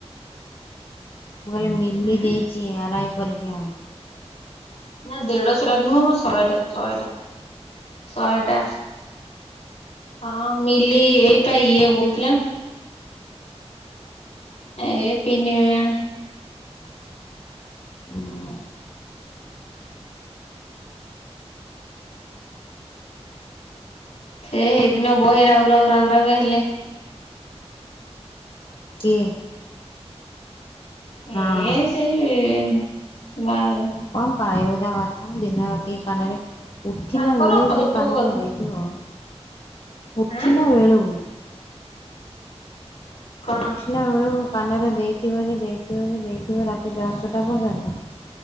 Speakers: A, on the left; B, on the left.
A: ମୁଁ କହିଲି ମିଲି
B: ହୁଁ
A: ଦେଇଛି ଆରାଇ ପରୀକ୍ଷା।
B: ନା ଦେଢଶହଟା ନୁହଁ ମୋ ଶହେଟା ଶହେଟା, ଶହେଟା। ହଁ ମିଲି ଏଇପା ଇଏ କହୁଥିଲା। ଏଇ ପିଇନି ଆଣି।
A: ହଁ
B: ଏ ହେଇ ଦିନ ବହେ ରାଉ ରାଉ ରାଉ ରାଉ ହେଲେ।
A: କିଏ?
B: ଏ
A: ହଁ
B: ସେଇ ବା ଆଉ।
A: କଁ ପାଇବ ତା କଥା? ଦିନ ରାତି କାନରେ ଉଠିଲା
B: ତାଙ୍କର
A: ବେଳୁ
B: ଅଯୋଗ
A: ସେ କାନରେ
B: କଥା
A: ଏ ହଁ ଉଠିଲା
B: ଆଁ
A: ବେଳୁ।
B: କଣ
A: ଉଠିଲା ବେଳୁ କାନରେ ଦେଇଥିବ ଯେ ଦେଇଥିବ ଯେ ଦେଇଥିବ ରାତି ଦଶଟା ପର୍ଯ୍ୟନ୍ତ।